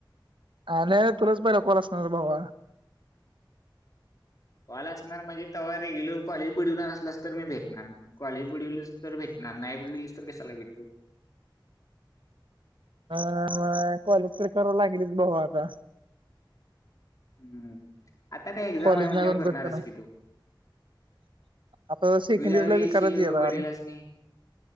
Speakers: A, on the right (about 80°); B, on the left (about 45°).
A: आन, तुलाच पहिला कॉल असणार भावा.
B: कॉल असणार म्हणजे तवा रेग्युलर कॉलेज बुडीवनार असलास तर मी भेटणार. कॉलेज बुडविलस तर भेटणार, नाही बुडविलीच तर कशाला भेटू?
A: अ कॉलेज तर कराव लागेलच भाऊ आता,
B: हम्म! आता काय एक्झाम
A: कॉलेज
B: आहे म्हणल्या
A: नाही करून
B: वर
A: करतो
B: करणारस
A: ना
B: कि तो.
A: आता सेकंड
B: तुझ्या
A: इयरला
B: वेळीशील
A: बी करायची आता
B: वडिलास नी -